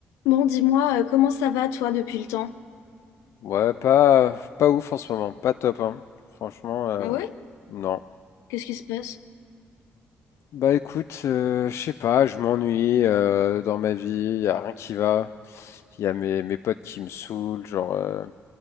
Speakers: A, on the left; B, on the left.
A: Bon, dis-moi, euh, comment ça va toi depuis le temps?
B: Ouais, pas, pas ouf en ce moment, pas top, hein. Franchement, euh,
A: Ah ouais?
B: non.
A: Qu'est-ce qui se passe?
B: Bah écoute, euh, je sais pas, je m'ennuie euh, dans ma vie, y a rien qui va. Il y a mes, mes potes qui me saoulent, genre euh,